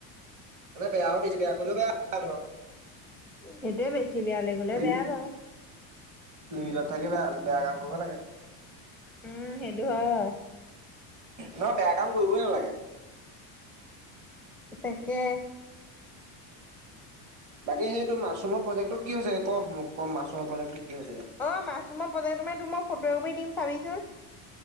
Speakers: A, on the right; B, in the centre.
A: মানে বেয়াও বেছি বেয়া কৰিলেও বেয়া ধৰ।
B: সেইটোৱেয়ে বেছি বেয়ালে গ'লে
A: লিমি
B: বেয়া বাৰু।
A: লিমিটত থাকি বেয়া বেয়া কাম কৰিব লাগে।
B: উম সেইটো হয় বাওঁ।
A: নহয় বেয়া কাম কৰিবই নালাগে।
B: তাকে।
A: বাকী সেইটো মাছৰুম প্ৰজেক্টটো কি হৈছোগে ক মোক ক মাছৰুমৰ প্ৰজেক্টো কি হৈ হৈছেগে?
B: অ মাছৰুমৰ প্ৰজেক্টটো মানে তো মই ফটোকপি মাৰি দিম চাবিচোন।